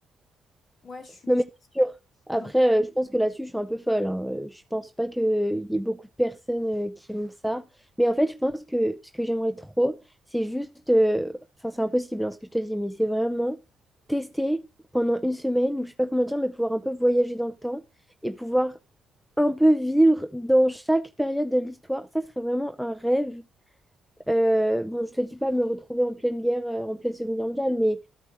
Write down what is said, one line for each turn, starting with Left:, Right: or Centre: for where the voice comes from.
Left: moi je suis...
Centre: Non, mais
Left: je-
Centre: c'est sûr. Après,
Left: Non.
Centre: euh, je pense que là-dessus, je suis un peu folle. hein. Euh, Je pense pas qu'il y ait beaucoup de personnes euh, qui aiment ça. Mais en fait, je pense que ce que j'aimerais trop, c'est juste. euh, Enfin, c'est impossible hein, ce que je te dis, mais c'est vraiment tester pendant une semaine, ou je sais pas comment dire, mais pouvoir un peu voyager dans le temps et pouvoir un peu vivre dans chaque période de l'histoire. Ça serait vraiment un rêve. Euh, bon, je te dis pas me retrouver en pleine guerre, euh, en pleine Seconde Guerre mondiale, mais